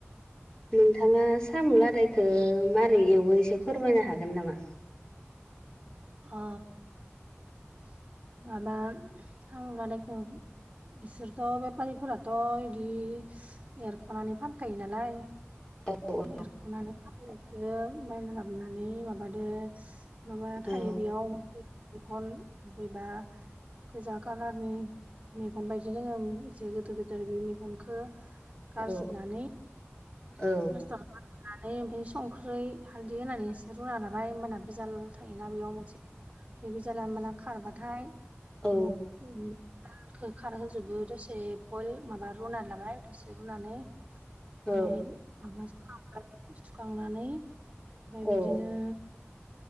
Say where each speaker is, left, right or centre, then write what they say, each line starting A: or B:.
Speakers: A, on the left; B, on the right.
A: नोंथाङा
B: उम
A: साम' लादाय थो माबारै एवो एसे फोरमायनो हागोन नामा?
B: अ माबा साम' लादायखौ बिसोरथ' बेफारिफोराथ' बिदि एरख'नानै फानखायो नालाय
A: औ औ
B: एरख'नानै फाननायखौ बायना लाबोनानै माबादो माबा
A: औ
B: थायो बेयाव मंखन बैबा गोजा कालारनि मेगन बायदि जोङो एसे गोदोर गोदेर बे मेगनखो गारजोबनानै
A: औ
B: <inaudible>
A: औ
B: ओमफाय संख्रि हालदै होनानै एसे रुना लाबाय ओमबाना बिजाल थायोना बेयाव मोनसे बे बिजाला ओमबाना खारबाथाय
A: औ
B: उम उम दालखौ खारहोजोबो दसे बयल माबा रुनानै लाबाय दसे रुनानै <unintelligible>
A: औ
B: माबा सुखां सुखांनानै ओमफाय बिदिनो
A: औ